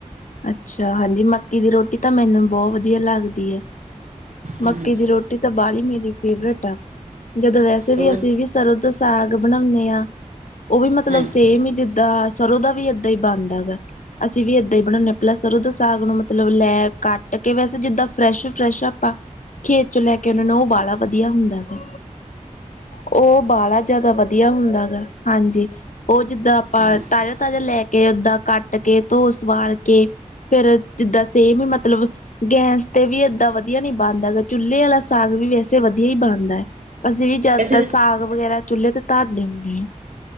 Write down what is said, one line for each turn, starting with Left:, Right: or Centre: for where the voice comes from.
Left: ਅੱਛਾ, ਹਾਂਜੀ ਮੱਕੀ ਦੀ ਰੋਟੀ ਤਾਂ ਮੈਨੂੰ ਬਹੁਤ ਵਧੀਆ ਲੱਗਦੀ ਐ। ਮੱਕੀ
Right: ਹਾਂਜੀ
Left: ਦੀ ਰੋਟੀ ਤਾਂ ਬਾਹਲੀ ਹੀ ਮੇਰੀ ਫੇਵਰੇਟ ਆ, ਜਦੋਂ ਵੈਸੇ ਵੀ
Right: ਹੋਰ
Left: ਅਸੀਂ ਵੀ ਸਰੋਂ ਦ ਸਾਗ ਬਣਾਉਣੇ ਆ। ਉਹ ਵੀ ਮਤਲਬ
Right: ਹਾਂਜੀ
Left: ਸੇਮ ਹੀ ਜਿੱਦਾਂ ਸਰੋਂ ਦਾ ਵੀ ਏਦਾਂ ਹੀ ਬਣਦਾ ਗਾ। ਅਸੀਂ ਵੀ ਏਦਾਂ ਹੀ ਬਣਾਉਂਦੇ ਹਾਂ। ਸਰੋਂ ਦੇ ਸਾਗ ਨੂੰ ਮਤਲਬ ਲੈ ਕੱਟ ਕੇ ਵੈਸੇ ਜਿੱਦਾਂ ਫਰੈਸ਼- ਫਰੈਸ਼ ਆਪਾਂ ਖੇਤ ਚੋਂ ਲੈ ਕੇ ਉਹ ਨੂੰ ਉਹ ਬਾਹਲਾ ਵਧੀਆ ਹੁੰਦਾਗਾ, ਉਹ ਬਾਹਲਾ ਜ਼ਿਆਦਾ ਵਧੀਆ ਵਧੀਆ ਹੁੰਦਾ ਗਾ, ਹਾਂਜੀ। ਉਹ ਜਿੱਦਾਂ ਆਪਾਂ
Right: ਹਾਂਜੀ
Left: ਤਾਜ਼ਾ- ਤਾਜ਼ਾ ਲੈ ਕੇ ਓਦਾਂ ਕੱਟ ਕੇ ਧੋ ਸਵਾਰ ਕੇ ਫੇਰ ਜਿੱਦਾਂ ਸੇਮ ਮਤਲਬ ਗੈਸ ਤੇ ਵੀ ਏਦਾਂ ਵਧੀਆ ਨੀ ਬਣਦਾ ਹੈਗਾ, ਚੁੱਲ੍ਹੇ ਵਾਲਾ ਸਾਗ ਵੀ ਵੈਸੇ ਵਧੀਆ ਹੀ ਬਣਦਾ। ਅਸੀਂ ਵੀ ਜਿਆਦਾਤਰ
Right: ਅਸੀਂ
Left: ਸਾਗ ਵਗੈਰਾ ਚੁੱਲ੍ਹੇ ਤੇ ਧਰਦੇਨੇਆ ਹਾਂ।